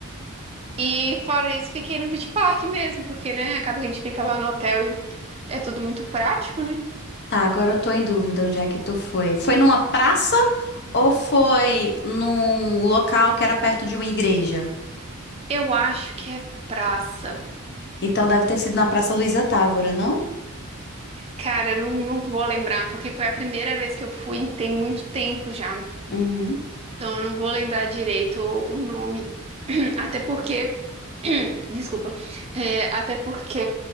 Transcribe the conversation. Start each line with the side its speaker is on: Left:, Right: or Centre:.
Right: E fora isso, fiquei no beach park mesmo, porque, né, acaba que a gente fica lá no hotel e é tudo muito prático, né?
Left: Tá, agora eu tô em dúvida onde é que tu foi. Foi numa praça ou foi num local que era perto de uma igreja?
Right: Eu acho que é praça.
Left: Então deve ter sido na Praça Luísa Távora, não?
Right: Cara, eu não, não vou lembrar, porque foi a primeira vez que eu fui, tem muito tempo já.
Left: Uhum.
Right: Então, eu não vou lembrar direito o nome. <clears throat> Até porque, <clears throat> desculpa, É, até porque